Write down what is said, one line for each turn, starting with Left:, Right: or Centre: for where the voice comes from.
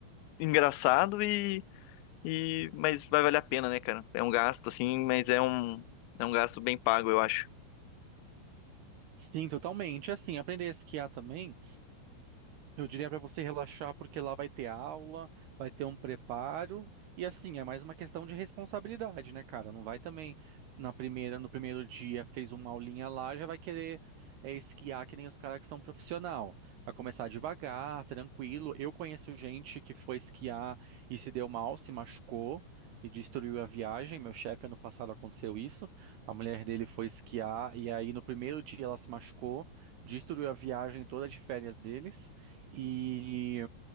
Left: engraçado e, e. Mas vai valer a pena, né, cara? É um gasto, assim, mas é um, é um gasto bem pago, eu acho.
Right: Sim, totalmente. Assim, aprender a esquiar também. Eu diria para você relaxar, porque lá vai ter aula, vai ter um preparo, e assim, é mais uma questão de responsabilidade, né, cara? Não vai também na primeira, no primeiro dia fez uma aulinha lá, já vai querer é, esquiar que nem os caras que são profissional. Vai começar devagar, tranquilo. Eu conheço gente que foi esquiar e se deu mal, se machucou e destruiu a viagem. Meu chefe ano passado aconteceu isso. A mulher dele foi esquiar e aí no primeiro dia ela se machucou, destruiu a viagem toda de férias deles. E,